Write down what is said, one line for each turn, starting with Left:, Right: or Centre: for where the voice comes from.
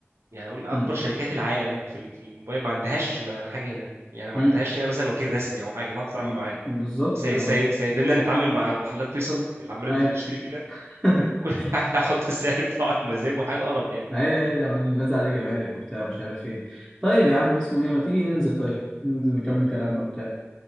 Right: يعني اقول اكبر
Centre: امم
Right: شركات العالم في ال- في الموبايل ما عندهاش ما- حاجه هنا يعني ما
Centre: امم
Right: عندهاش هنا مثلا وكيل رسمي او حاجه تعرف تتعامل
Centre: اه
Right: معاه
Centre: بالظبط
Right: ساي-
Centre: ما
Right: ساي- سايبيننا نتعامل مع محلات فيصل اللي عماله
Centre: ايوه
Right: بتشتري فينا
Centre: <laughs>
Right: وكل <laughs> واحد هيحط السعر بتاعه على مزاجه حاجه قرف يعني
Centre: ايوه أيوة، الناس عليه جمارك وبتاع مش عارف ايه طيب يا عم اسمه ايه ما تيجي ننزل طيب ننزل نكمل كلامنا وبتاع